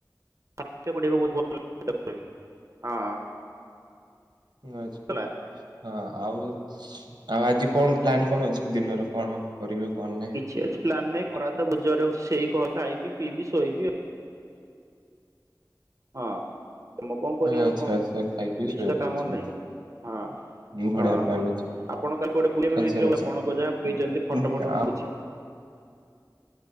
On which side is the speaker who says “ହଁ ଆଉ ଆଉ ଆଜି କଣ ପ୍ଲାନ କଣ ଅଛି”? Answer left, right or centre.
Right